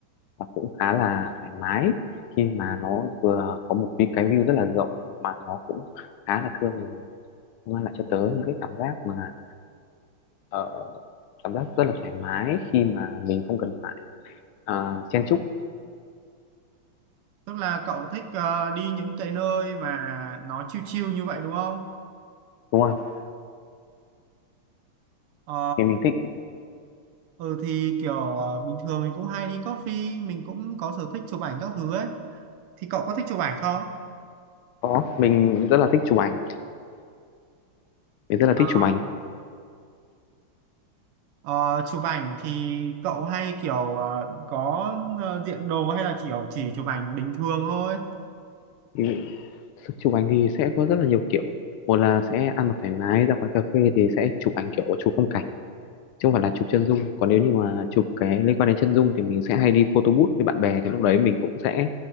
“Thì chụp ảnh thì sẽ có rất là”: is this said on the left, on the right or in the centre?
Left